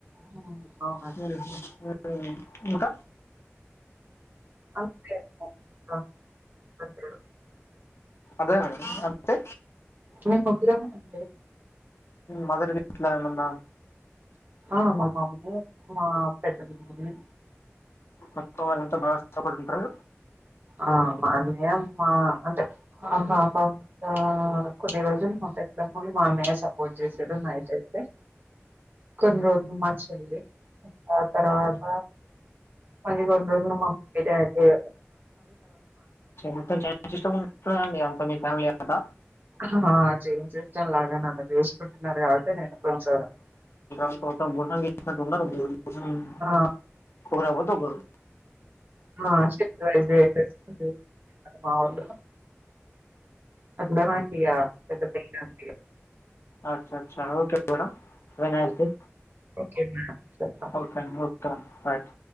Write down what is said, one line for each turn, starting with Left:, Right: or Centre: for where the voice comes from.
Right: హ్మ్. అవునండి
Left: మ్ హు ఇంకా
Right: అంతే అండి ఇంక
Left: అదే మేడం అంతే
Right: మేమ్ ముగ్గురమే అండి
Left: మదర్ గిట్లా ఏమన్న
Right: ఆ మా మమ్మీ మా పెద్దమ్మ మమ్మీ
Left: మొత్తం వాళ్ళ అంతా బా ఇష్టపడిఉంటార
Right: ఆ మా అన్నయ్య మా అంటే ఆఫ్ ఆఫ్ ద కొద్ది రోజులు ఎగ్జామ్ ముందు మా అన్నయ్యే సపోర్ట్ చేసాడు నైట్ అయితే కొన్ని రోజులు మా చెల్లి ఇంకా ఆ తర్వాత మళ్ళీ రెండు రోజులు మమ్మీ డాడీ యే
Left: మొత్తం జేన్ సిస్టర్ అనుకుంటున్నారు అంత మీ ఫ్యామిలీ అంతా
Right: హా జేన్ సిస్టర్ లాగ నున్ను చూసుకుంటున్నారు కాబట్టే నేను కొంచెం
Left: మీ కోసం ఉండం గీయిచినట్టు ఉన్నారు ఇన్నీ రోజులు
Right: ఆ
Left: ఎవరు తగ్గరు
Right: మా చెల్లి డ్రైవ్ చేసేస్తుంది మా వోళ్ళు అంద మాకు ఇగ పెద్ద పెద్ద పేరు
Left: అచ్చ చ్చ okay madam have a nice day
Right: okay madam
Left: okay అండి ఓకే అండి బైట్